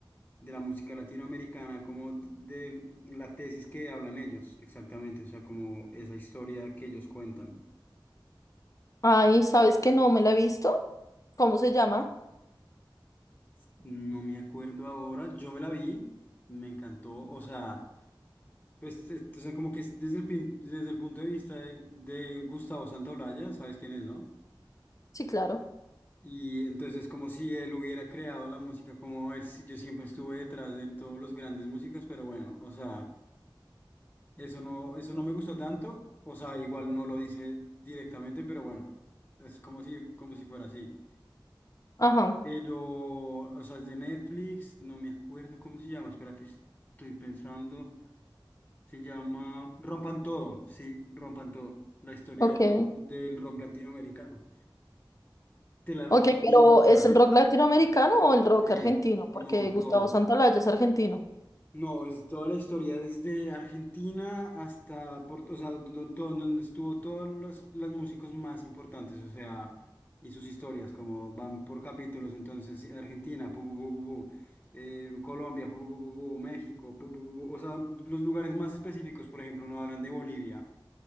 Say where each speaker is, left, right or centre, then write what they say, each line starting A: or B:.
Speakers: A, on the left; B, on the left.
A: de la música latinoamericana, como de la tesis que hablan ellos, exactamente, o sea, como esa historia que ellos cuentan.
B: Ay, ¿sabes que no me la he visto? ¿Cómo se llama?
A: No me acuerdo ahora, yo me la vi, me encantó, o sea, pues, es- o sea, como que es desde el, pin- desde el punto de vista de, de Gustavo Santaolalla, ¿sabes quién es, no?
B: Sí, claro.
A: Y entonces es como si él hubiera creado la música, como él, si- yo siempre estuve detrás de todos los grandes músicos, pero bueno, o sea, eso no, eso no me gustó tanto, o sea, igual no lo dice directamente, pero bueno, es como si, como si fuera así.
B: Ajá,
A: Pero, o sea, es de Netflix, no me acuerdo cómo se llama, espérate, es- estoy pensando, se llama Rompan Todo, sí, Rompan Todo, la historia
B: ok.
A: de- del rock latinoamericano. Te la recomiendo.
B: Ok, pero
A: total,
B: ¿es el rock latinoamericano o el rock
A: Sí,
B: argentino?
A: no,
B: Porque Gustavo
A: todo.
B: Santaolalla es argentino.
A: No, es toda la historia, desde Argentina hasta, Port- o sea, don- todo- donde estuvo todos los, los músicos más importantes, o sea, y sus historias, como van por capítulos, entonces, sí, Argentina, pu, pu, pu, pu, pu, eh, Colombia, pu, pu, pu, pu, pu, México, pu, pu, pu, pu, o sea, los lugares más específicos, por ejemplo, no hablan de Bolivia,